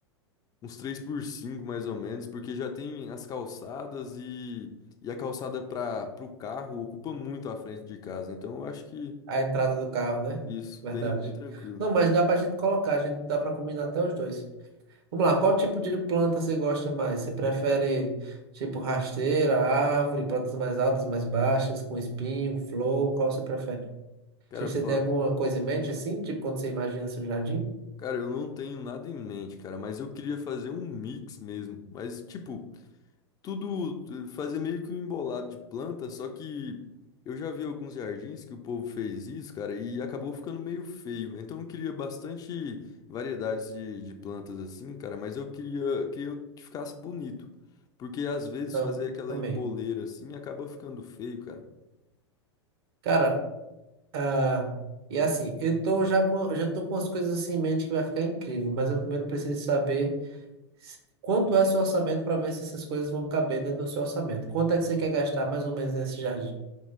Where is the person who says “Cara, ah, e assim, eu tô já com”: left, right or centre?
Right